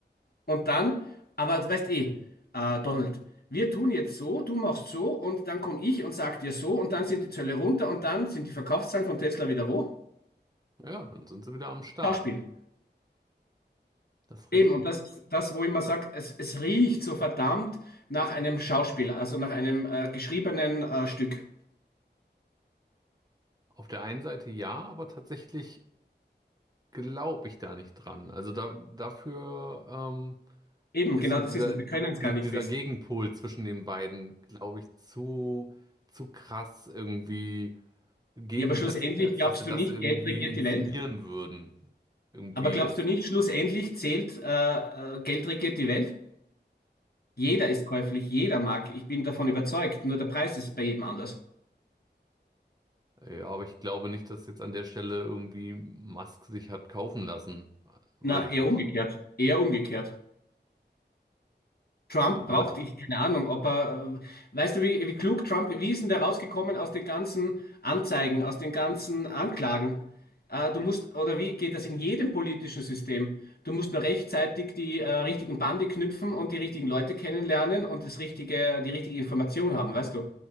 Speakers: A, on the left; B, on the right.
A: Und dann, aber du weißt eh, äh, Donald, wir tun jetzt so, du machst so und dann komme ich und sag dir so und dann sind die Zölle runter und dann sind die Verkaufszahlen von Tesla wieder wo?
B: Ja, ja, dann sind sie wieder am Start.
A: Schauspiel.
B: Das ist
A: Eben,
B: richtig.
A: und das ist das, wo ich immer sage, es, es riecht so verdammt nach einem Schauspiel, also nach einem äh, geschriebenen äh, Stück.
B: Auf der einen Seite ja, aber tatsächlich glaube ich da nicht dran. Also da, dafür, ähm,
A: Eben,
B: ist
A: genau
B: so dieser,
A: das ist es. Wir
B: di-
A: können es gar nicht
B: dieser
A: wissen.
B: Gegenpol zwischen den beiden, glaube ich, zu, zu krass irgendwie gegensätzlich,
A: Ja, aber schlussendlich
B: als
A: glaubst
B: dass sie das
A: du nicht,
B: irgendwie
A: Geld regiert
B: inszenieren
A: die Welt?
B: würden. Irgendwie,
A: Aber glaubst du nicht, schlussendlich zählt, äh, äh, Geld regiert die Welt? Jeder ist käuflich, jeder mag. Ich bin davon überzeugt. Nur der Preis ist bei jedem anders.
B: ja, aber ich glaube nicht, dass jetzt an der Stelle irgendwie Musk sich hat kaufen lassen. Weiß
A: Na,
B: ich
A: eher
B: nicht.
A: umgekehrt. Eher umgekehrt. Trump braucht
B: Aber
A: ich keine Ahnung, ob er, äh, weißt du, wie, wie klug Trump, wie ist denn der rausgekommen aus den ganzen Anzeigen, aus den ganzen Anklagen? Äh, du musst, oder wie geht das in jedem politischen System? Du musst nur rechtzeitig die äh, richtigen Bande knüpfen und die richtigen Leute kennenlernen und das richtige, die richtige Information haben, weißt du,